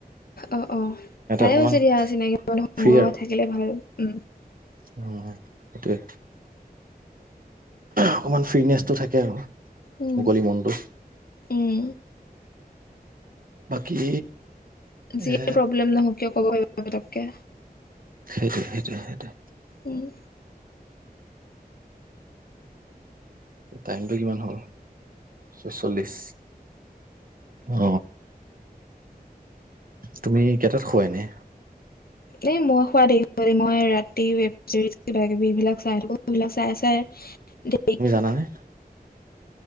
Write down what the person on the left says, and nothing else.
অ অ ভাল
হৈছে দিয়া চিনাকি মানুহ
থাকিলে ভাল উ
উম
উম
যিয়ে
প্ৰব্লেম নহওক কিয় ক'ব পাৰিব পতককে
ওহ
এই মই শুৱা দেৰি হয় দেই মই ৰাতি উৱেবচেৰিচ কিবা কিবি এইবিলাক চাই থাকো সেইবিলাক চাই আছ' ছ <unintelligible> দে